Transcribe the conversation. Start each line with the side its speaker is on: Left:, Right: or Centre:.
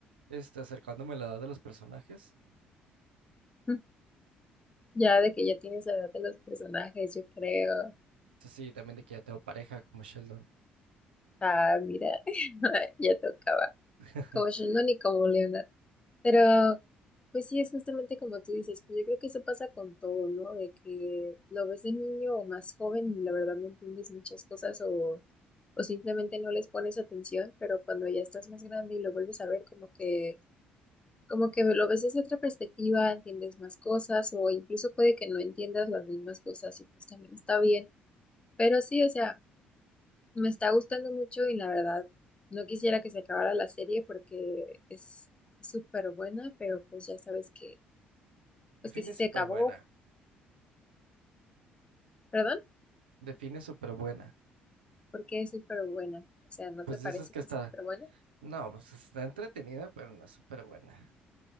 Right: este, acercándome a la edad de los personajes.
Left: <laughs> Ya de que ya tienes la edad de los personajes, yo creo.
Right: Entonces, sí, también de que ya tengo pareja como Sheldon.
Left: Ah, mira, <laughs> ya tocaba.
Right: <laughs>
Left: Como Sheldon y como Leonard. Pero, pues sí, es justamente como tú dices, pues yo creo que eso pasa con todo, ¿no? De que lo ves de niño o más joven y la verdad no entiendes muchas cosas o, o simplemente no les pones atención, pero cuando ya estás más grande y lo vuelves a ver, como que, como que lo ves desde otra perspectiva, entiendes más cosas o incluso puede que no entiendas las mismas cosas y pues también está bien. Pero sí, o sea, me está gustando mucho y la verdad no quisiera que se acabara la serie porque es súper buena, pero pues ya sabes que pues
Right: Define
Left: que sí
Right: súper
Left: se acabó,
Right: buena.
Left: perdón,
Right: Define súper buena.
Left: porque es súper buena. O sea, ¿no
Right: Pues
Left: te parece
Right: de esas que
Left: que
Right: está.
Left: es súper buena?
Right: No, pues está entretenida, pero no es súper buena.